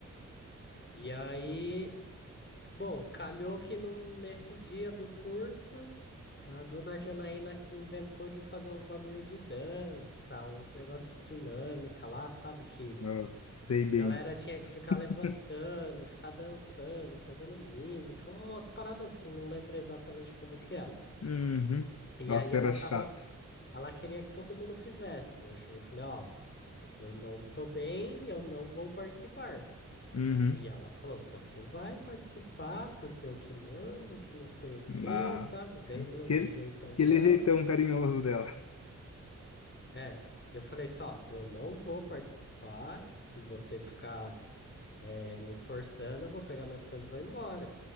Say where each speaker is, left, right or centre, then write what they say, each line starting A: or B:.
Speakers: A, on the left (about 40°); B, on the left (about 60°).
A: E aí, bom, calhou que no, nesse dia do curso. A dona Janaína inventou de fazer uns bagulho de dança, uns negócios de dinâmica lá, sabe? Que
B: Nossa, sei bem.
A: a galera tinha que ficar
B: <laughs>
A: levantando, ficar dançando, fazendo mímica, umas paradas assim, não lembro exatamente como que era.
B: Uhum.
A: E
B: Nossa,
A: aí ela
B: era
A: tava,
B: chato.
A: ela queria que todo mundo fizesse. Eu cheguei e falei, ó, eu não tô bem, eu não vou participar.
B: Uhum.
A: E ela falou, você vai participar porque eu que mando, que não sei o
B: Nossa.
A: quê, sabe? Bem do,
B: Aquele,
A: do jeitão
B: aquele
A: dela.
B: jeitão carinhoso dela.
A: É, eu falei só, eu não vou participar se você ficar eh, me forçando, eu vou pegar minhas coisas e vou embora.